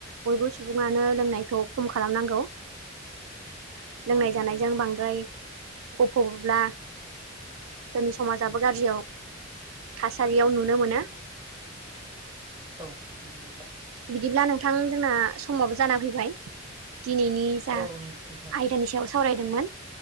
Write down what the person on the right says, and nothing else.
बयबो सुबुङानो लोंनायखौ खम खालामनांगौ लोंनाय
जानायजों
बांद्राय गफ'ब्ला जोंनि समाजाबो
गाज्रियाव थासारियाव नुनो मोनो
बिदिब्ला नोंथां जोंना समावो जाना फैबाय दिनैनि जा
आयदानि सायाव सावरायदोंमोन